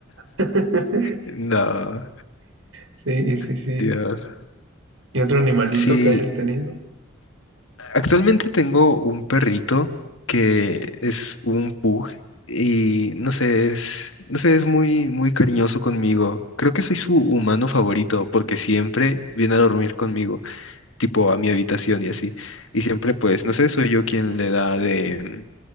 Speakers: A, on the right; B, on the left.
A: <laughs>
B: No,
A: Sí, sí, sí.
B: Dios.
A: ¿Y otro animalito
B: Sí,
A: que hayas Ok. tenido?
B: actualmente tengo un perrito que es un pug y no sé, es, no sé, es muy, muy cariñoso conmigo. Creo que soy su humano favorito porque siempre viene a dormir conmigo. tipo a mi habitación y así. Y siempre, pues, no sé, soy yo quien le da de